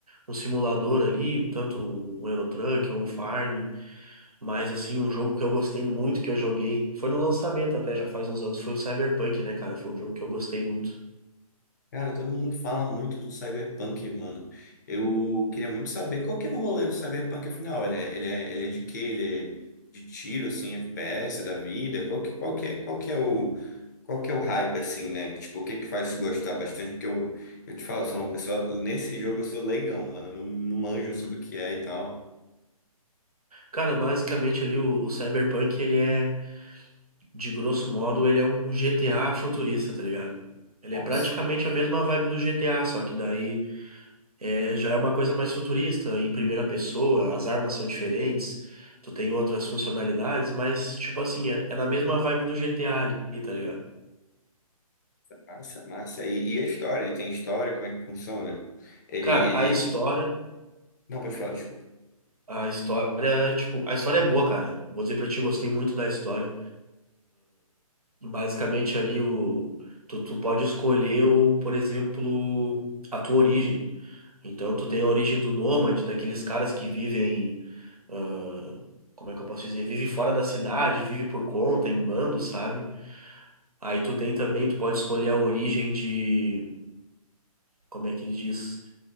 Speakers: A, on the right (about 80°); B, on the left (about 30°).
A: um simulador ali, tanto um Euro Truck ou um Farming, mas assim, um jogo que eu gostei muito que eu joguei, foi no lançamento até já faz uns anos, foi o Cyberpunk, né, cara? Foi um jogo que eu gostei muito.
B: Cara, todo mundo fala muito do Cyberpunk, mano. Eu queria muito saber qual que é o rolê do Cyberpunk, afinal. Ele é, ele é, ele é de quê? Ele é de tiro, assim, FPS da vida? Qual que, qual que, é- qual que é o, qual que é o hype, assim, né? Tipo, o que que faz te gostar bastante? Porque eu, eu te falo, sou uma pessoa... Nesse jogo eu sou leigão, mano. Eu Não, não manjo
A: Uhum.
B: sobre o que é e tal.
A: Cara, basicamente ali o, o Cyberpunk, ele é de grosso modo, ele é um GTA futurista, tá ligado? Ele
B: Nossa.
A: é praticamente a mesma vibe do GTA, só que daí é, já é uma coisa mais futurista, em primeira pessoa, as armas são diferentes, tu tem outras funcionalidades, mas, tipo assim, é, é na mesma vibe do GTA ali, tá ligado?
B: Massa, é massa. E, e a história? Ele tem história? Como é que funciona? Ele,
A: Cara,
B: ele...
A: a história,
B: Não, pode falar, desculpa.
A: a história, tipo, a história é boa, cara. Vou dizer pra ti, gostei muito da história. Basicamente ali, o, tu, tu pode escolher, o, por exemplo, a tua origem. Então tu tem a origem do nômade, daqueles caras que vivem, ah, como é que eu posso dizer? Vive fora da cidade, vive por conta, em bando, sabe? Aí tu tem também, tu pode escolher a origem de, como é que ele diz?